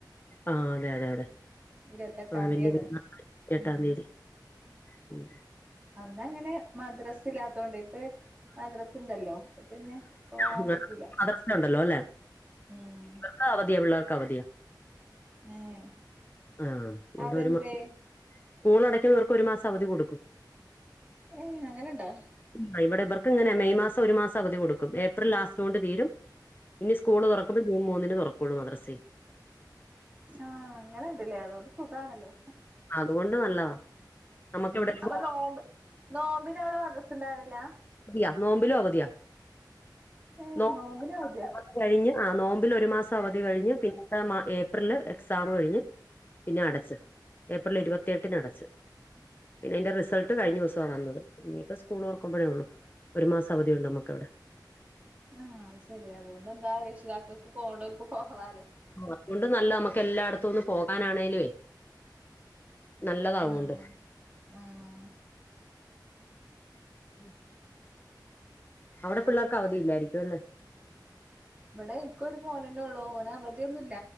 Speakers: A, on the left; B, on the right.
A: ആഹ് അതെ അതെ അതെ
B: ഇരുപത്തെട്ടാംതിയാണ്
A: ആഹ് വല്ലിയ പെര്ന്നാക്ക് എട്ടാം
B: ഉം
A: തീയതി ഉം
B: അന്ന് അങ്ങനെ മദ്രാസ ഇ ല്ലാത്തൊണ്ടെ ഇപ്പ മദ്രാസ് ഇണ്ടല്ലോ അപ്പൊ പിന്നെ- പോവാൻ
A: ഇങ്ങക്ക്
B: പറ്റൂല
A: മദ്രസയുണ്ടല്ലോ അല്ലെ
B: ഉം
A: ഇവർക്ക് അവധിയാ പിള്ളേർക്ക് അവധിയാ
B: ഏഹ്
A: ആഹ് ഇവിടെ
B: അതെന്തേ
A: ഒരു സ്കൂൾ അടയ്ക്കുന്നർക്ക് ഒരു മാസം അവധി കൊടുക്കും
B: ഏയ് അങ്ങനെയുണ്ടോ
A: ആഹ് ഇവിടെ ഇവർക്ക് ഇങ്ങനെ മെയ് മാസം ഒരു മാസം അവധി കൊടുക്കും ഏപ്രിൽ ലാസ്റ്റ് കൊണ്ട് തീരും ഇനി സ്കൂള് തൊറക്കുമ്പോ ജൂൺ മൂന്നിന് തൊറക്കുള്ളൂ മദർസെ
B: ആഹ് അങ്ങനെ ഇണ്ട് ഇല്ലേ അതു കൊണ്ട് സുഖണല്ലോ
A: അതുകൊണ്ട് നല്ലതാ നമുക്ക്
B: ഉം
A: എവിടെലും
B: അപ്പൊ
A: പോകാൻ
B: നോമ്പ് നോമ്പിന് അവിടെ മദ്‌റസ ഇണ്ടായിരുന്നില
A: ഇല്ല നോമ്പിനും അവധിയാ
B: ഏയ്
A: നോ
B: നോബിന് അവധിയ
A: അവധി കഴിഞ്ഞ് ആ നോമ്പില് ഒരു മാസം അവധി കഴിഞ് പിന്നെ ഏപ്രില് എക്സാം കഴിഞ്ഞ് പിന്നെ അടച്ച് ഏപ്രിൽ ഇരുപത്തിഎട്ടിന് അടച്ച് പിന്നെ അയിന്റെ റിസൾട്ട് കഴിഞ്ഞ ദിവസവാവന്നത് ഇനിപ്പോ സ്കൂള് തൊറക്കുമ്പഴേള്ളൂ ഒരു മാസം അവധിയുണ്ട് നമക്ക് അവടെ
B: ആഹാ അത് ശരിയാ അതുകൊണ്ട് എന്താ രക്ഷിതാക്കൾക്ക് പോവണ്ടോർക്ക് പോവാലോ
A: ആഹ് അതുകൊണ്ട് നല്ലതാ നമ്മക്ക് എല്ലായിടത്തും ഒന്ന് പോകാനാണേലുവേ നല്ലതാവോണ്ട്
B: ആഹ് ആഹ്
A: ഉം അവിടെ പിള്ളേർക്ക് അവധി ഇല്ലായിരിക്കും അല്ലെ
B: ഇവിടെ എനിക്ക് ഒരു മോന് അല്ലെ ഉള്ളൂ ഓന് അവധിയൊന്നുയില്ല